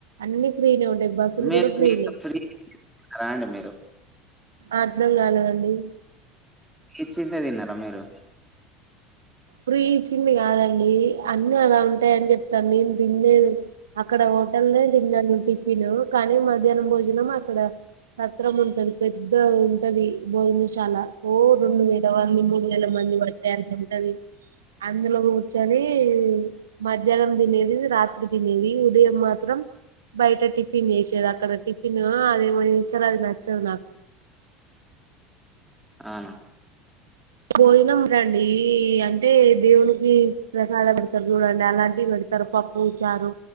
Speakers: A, on the right; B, in the centre.
A: అన్ని ఫ్రీనే ఉంటాయి బస్సులు
B: మీరు
A: కూడా
B: ఫ్రీ
A: ఫ్రీనే
B: ఫ్రీ తిన్నారా అండి మీరు
A: అర్థం కాలేదండి
B: ఫ్రీ ఇచ్చిందే తిన్నారా మీరు
A: ఫ్రీ ఇచ్చింది కాదండి అన్నీ అలా ఉంటాయని చెప్తాన్న నేను తినలేదు అక్కడ హోటల్నే తిన్నాను టిఫిన్ కానీ మధ్యాహ్నం భోజనం అక్కడ సత్రం ఉంటది పెద్దగా ఉంటది భోజనశాల ఓ రెండు వేల వంది, మూడు వేల మంది మంది పట్టే అంత ఉంటది అందులో కూర్చొని కే మధ్యాహ్నం తినేది రాత్రి తినేది ఉదయం మాత్రం బయట టిఫిన్ చేసేది అక్కడ టిఫిన్ అదేమో చేస్తారు అది నచ్చదు నాకు
B: ఆ
A: భోజనం టండి అంటే దేవునికి ప్రసాదం పెడతారు చూడండి అలాంటివి పెడతారు పప్ పూ చారు